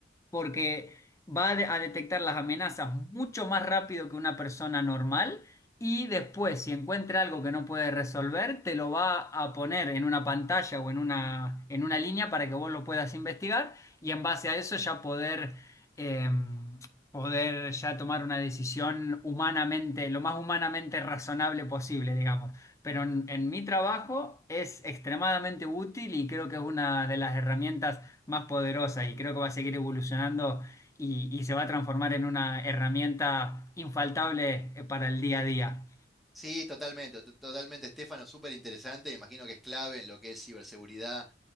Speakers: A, on the left; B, in the centre.
A: porque va a, de- a detectar las amenazas mucho más rápido que una persona normal y después, si encuentra algo que no puede resolver, te lo va a poner en una pantalla o en una, en una línea para que vos lo puedas investigar y en base a eso ya poder eh, poder ya tomar una decisión humanamente, lo más humanamente razonable posible, digamos. Pero en, en mi trabajo es extremadamente útil y creo que es una de las herramientas más poderosas y creo que va a seguir evolucionando y, y se va a transformar en una herramienta infaltable eh, para el día a día.
B: Sí, totalmente, to- totalmente, Estefano, súper interesante, me imagino que es clave en lo que es ciberseguridad